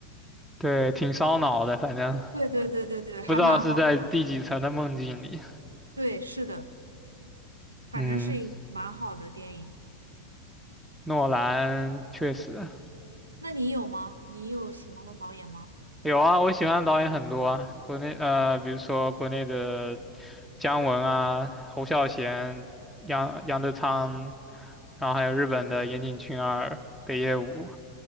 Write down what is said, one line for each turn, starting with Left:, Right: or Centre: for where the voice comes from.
Centre: 对，挺烧脑的，反正
Right: 对对对对对，还蛮好看的。
Centre: 不知道是在第几层的梦境里。
Right: 对，是的，反正是一蛮好的电影。
Centre: 嗯，诺兰确实
Right: 那你有吗？你有喜欢的导演吗？
Centre: 有啊，我喜欢的导演很多啊，国内呃，比如说国内的姜文啊、侯孝贤、杨杨德昌，然后还有日本的岩井俊二、北野武，